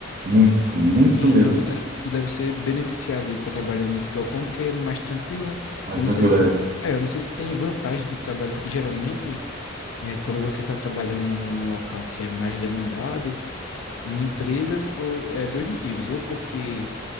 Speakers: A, on the right; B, on the left.
A: Muito, muito
B: E-
A: mesmo.
B: Então tu, de- tu deve ser beneficiado de estar trabalhando nesse galpão, porque é mais tranquilo, né?
A: Mas
B: Eu não
A: tranquilo,
B: sei se.
A: é.
B: É, eu não sei se tem vantagem de trabalhar, porque geralmente, é, quando você está trabalhando num num local que é mais demandado, em empresas, ou, é dois motivos. Ou porque